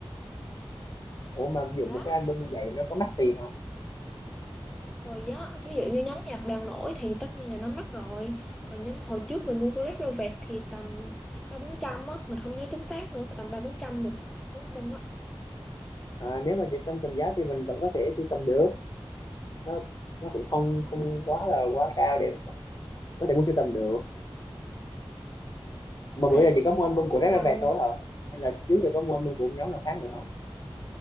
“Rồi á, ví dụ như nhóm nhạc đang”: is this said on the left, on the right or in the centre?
Centre